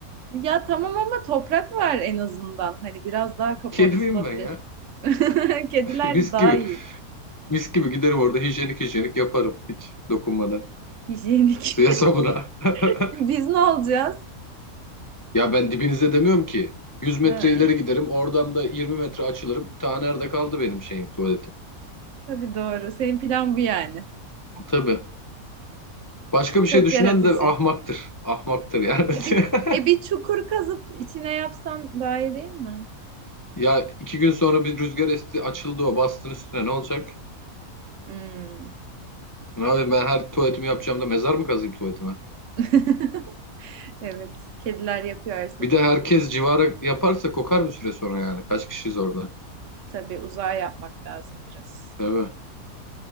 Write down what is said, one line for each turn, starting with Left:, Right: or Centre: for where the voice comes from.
Right: Ya tamam ama toprak var en azından. Hani biraz daha kapatılabilir.
Left: Kedi miyim ben ya?
Right: <laughs> Kediler
Left: <laughs> Mis
Right: daha
Left: gibi.
Right: iyi.
Left: Mis gibi giderim orada hijyenik hijyenik yaparım. Hiç dokunmadan.
Right: Hijyenik.
Left: Suya sabuna. <laughs>
Right: <laughs> Biz ne olacağız?
Left: Ya ben dibinize demiyorum ki. 100 metre
Right: Ha,
Left: ileri giderim. Oradan da 20 metre açılırım. Ta nerede kaldı benim şeyim tuvaletim.
Right: tabii doğru. Senin plan bu yani.
Left: Tabii. Başka bir şey
Right: Çok
Left: düşünen
Right: yaratıcı.
Left: de ahmaktır. Ahmaktır yani.
Right: E bir,
Left: <laughs>
Right: e bir çukur kazıp içine yapsan daha iyi değil mi?
Left: Ya iki gün sonra bir rüzgar esti açıldı o bastın üstüne ne olacak?
Right: Hmm.
Left: Abi ben her tuvaletimi yapacağım da mezar mı kazayım tuvaletime?
Right: <laughs> Evet. Kediler yapıyor her seferinde.
Left: Bir de herkes civara yaparsa kokar bir süre sonra yani. Kaç kişiyiz orada?
Right: Tabii uzağa yapmak lazım biraz.
Left: Tabii.